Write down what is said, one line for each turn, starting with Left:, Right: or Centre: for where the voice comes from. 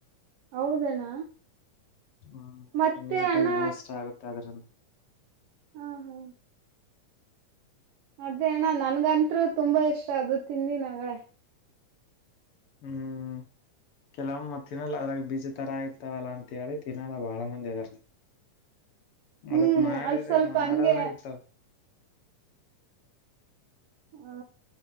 Right: ಹೌದಣ್ಣ
Left: ಹ್ಮ್
Right: ಮತ್ತೆ
Left: ಇಮ್ಯುನಿಟಿ
Right: ಅಣ್ಣ
Left: ವೂಸ್ ಆಗುತ್ತೆ ಅದ್ರಿಂದ
Right: ಹಾ ಹಾ ಅದೇ ಅಣ್ಣ ನನ್ಗಂತ್ರು ತುಂಬಾ ಇಷ್ಟ ಅದು ತಿಿಂದಿ ನಗಗಳೇ
Left: ಹ್ಮ್ ಕೆಲವೊಮ್ಮ್ ಮತ್ತಿನ್ರಾಗ ಬಿಸಿ ತರ ಆಯ್ತ ಇತ್ತವಲ್ಲ ಅಂತ ಹೇಳಿ ತಿನ್ನಲ್ಲ ಬಾಳ ಮಂದಿ ಆದರದ
Right: ಹ್ಮ್
Left: ಅದಕ ಮಾಡಿದ್ರೆ
Right: ಅದ್ ಸ್ವಲ್ಪ
Left: ಮಾಡದ್ರಾಗ
Right: ಹಂಗೆ ಹ
Left: ಇರ್ತವ
Right: ಹಾ